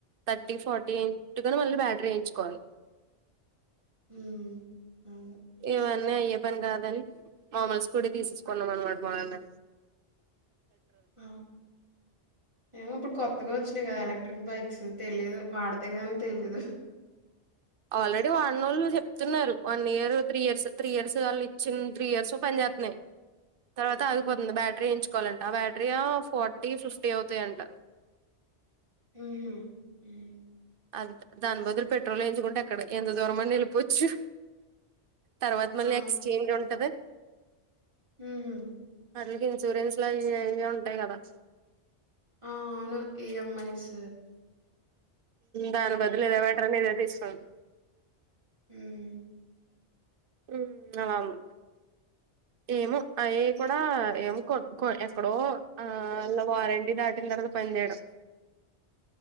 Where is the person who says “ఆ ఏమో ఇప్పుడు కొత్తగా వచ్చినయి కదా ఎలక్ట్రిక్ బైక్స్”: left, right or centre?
Right